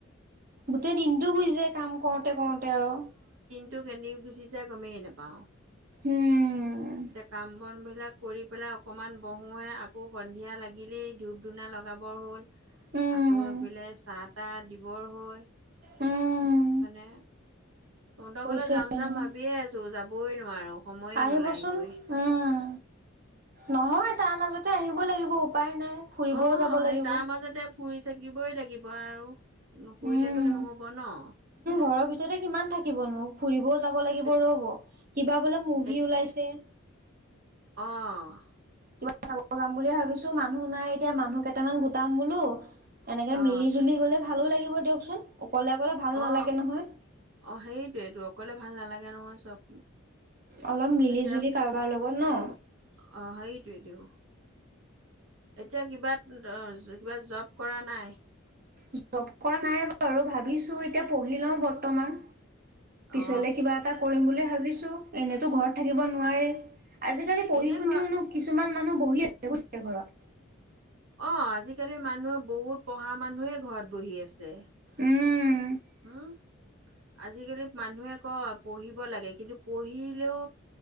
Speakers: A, on the right; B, on the right.
A: গোটেই দিনটো গুচি যায় কাম কৰোতে কৰোতে আৰু।
B: টো কেন্দি গুচি যাই গমেই নাপাও
A: উম,
B: এতিয়া কাম - বনবিলাক কৰি পেলাই অকনমান বহোঁহে আকৌ সন্ধিয়া লাগিলেই ধূপ ধূনা লগাবৰ হ'ল।
A: উম,
B: আকৌ এইফে চাহ তাহ দিবৰ হৈ
A: উম,
B: মানে তহঁতৰ
A: হৈছে
B: ঘৰলে যাম
A: এনে
B: যাম ভাবিয়ে আছোঁ যাবই নোৱাৰো। সময়ে
A: আহিবচোন
B: নোলায়গৈ
A: উম, নহয় তাৰ মাজতে আহিব লাগিব। উপায় নাই ফুৰিবও
B: অ
A: যাব
B: সেই
A: লাগিব।
B: তাৰ মাজতে ফুৰি চাকিবই লাগিব আৰু নুফুৰিলেতো
A: উম
B: একনো হ'ব ন।
A: ঘৰৰ ভিতৰতে সিমান থাকিবনো ফুৰিবও যাব লাগিব
B: এ
A: ৰ'ব। কিবা বোলে মুভি
B: এ
A: ওলাইছে।
B: অ'।
A: কিবা চাব যাম বুলিলিয় ভাবিছোঁ মানুহ নাই এতিয়া মানুহ কেইটামান গোটাম বোলো। এনেকে
B: অ
A: মিলি জুলি গ'লে ভালো লাগিব দিয়কচোন অকলে অকলে ভাল। নালাগে
B: অ',
A: নহয়
B: অ' সেইটোৱেটো অকলে ভাল নালাগে নহয় চব।
A: অলপ মিলি
B: এতিয়া
A: জুলি কাৰোবাৰ লগত ন।
B: উম অ' সেইটোৱেটো। এতিয়া কিবা কিবা জব কৰা নাই?
A: জব কৰা নাই বাৰু ভাবিছো এতিয়া পঢ়ি লওঁ বৰ্তমান। পিছলে
B: অ
A: কিবা এটা কৰিম বুলি ভাবিছোঁ, এনেতো ঘৰত থাকিব নোৱাৰে। আজিকালি পঢ়ি
B: এনে
A: শুনিওনো
B: ঘৰ
A: কিছুমান মানুহ বহি আছে ঘৰত।
B: অ' আজিকালি মানুহে বহুত পঢ়া মানুহে ঘৰত বহি আছে।
A: উম।
B: উ আজিকালি মানুহে কয় পঢ়িব লাগে কিন্তু পঢ়িলেও